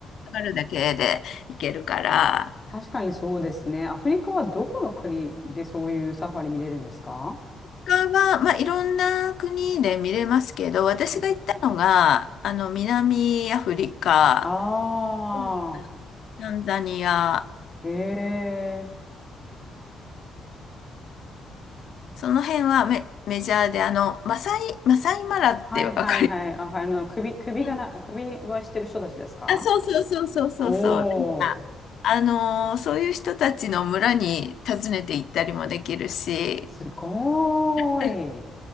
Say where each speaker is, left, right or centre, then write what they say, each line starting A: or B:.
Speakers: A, on the left; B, on the left.
A: 上がるだけで行けるから、
B: あ、確かにそうですね。アフリカはどこの国でそういうサファリ見れるんですか
A: 他は、まあ、いろんな国で見れますけど、私が行ったのが、
B: うん
A: あの、南アフリカ、
B: ああ
A: ケニアタンザニア、
B: へえ。
A: その辺はメ、メジャーで、あの、マサイ、マサイマラってわかり
B: はいはいはい。あ、あの、首、首がな、
A: ます
B: 首はしてる人たちですか
A: あ、そうそうそうそうそうそう。
B: おー、
A: なんか、あのーそういう人たちの村に訪ねて行ったりもできるし、
B: すごーい。
A: <laughs>